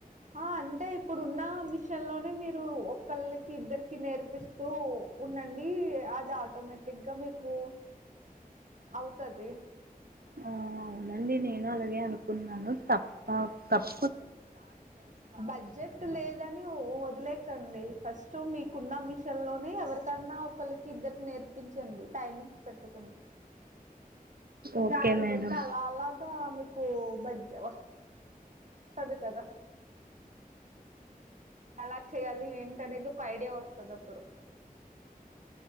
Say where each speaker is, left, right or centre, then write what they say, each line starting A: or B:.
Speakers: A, on the right; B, on the right.
A: ఆ అంటే ఇప్పుడున్న మెషిన్ లో ఒకళ్ళకి ఇద్దరికి నేర్పిస్తూ ఉండండి అది ఆటోమేటిక్ గా మీకు అవుతది.
B: ఆ అవునండి ని నేను అలాగే అనుకున్నాను తప్ప తప్
A: బడ్జెట్ లేదని వదిలేకండి ఫస్ట్ మీకున్న మెషిన్ లోనే ఎవరికన్నా ఒకొళకి ఇద్దరికి నేర్పించండి. టైమింగ్స్ పెట్టుకుని
B: ఓకే
A: దాన్ని
B: మేడం
A: బట్టి అలా అలాగా మీకు బజ్ వస్ స్తది కదా అలా చేయాలి ఏంటనేది ఒక ఐడియా ఒస్తదప్పుడు